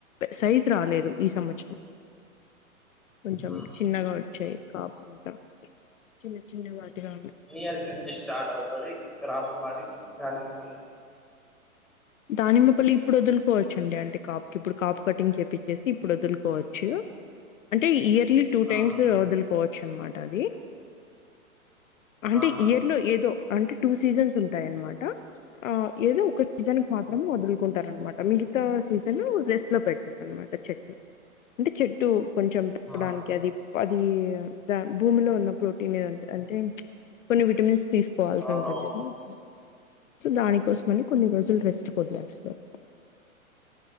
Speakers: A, on the left (about 65°); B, in the centre.
A: సైజ్ రాలేదు ఈ సంవత్సరం. కొంచెం
B: ఆ
A: చిన్నగా వచ్చే కాపంతా చిన్న చిన్న వాటగాన్నా
B: న్యూ ఇయర్స్ నుంచి స్టార్ట్ అవుతది క్రాప్ వాటికి దానిమ్మ పళ్ళు
A: దానిమ్మ పళ్ళు ఇప్పుడు ఒదులుకోవచ్చు అండి. అంటే కాపుకి ఇప్పుడు కాపు కటింగ్ చేప్పిచ్చేసి ఇప్పుడు ఒదులుకోవచ్చు. అంటే ఇయర్లీ టూ టైమ్స్
B: ఆహా
A: ఒదులుకోవచ్చు అన్నమాట. అదీ అంటే,
B: ఆహా
A: ఇయర్లో ఏదో అంటే, టూ సీజన్స్ ఉంటాయన్నమాట. ఆ ఏదో ఒక సీజన్కు మాత్రం ఒదులుకుంటారన్నమాట్ మిగతా సీజన్ రెస్ట్ లో పెడతారు అన్నమాట చెట్లు అంటే చెట్టూ కొంచెం ఇవ్వడానికి
B: ఆ ఆ
A: అది అదీ దా భూమిలో ఉన్న ప్రోటీన్దంత అంటే కొన్ని విటమిన్స్ తీసుకోవాల్సి
B: అవునవును
A: ఉంటుంది. అపుడు వరకు సో దానికోసం అని కొన్ని రోజు ఈ రెస్ట్కొదిలేస్తారు.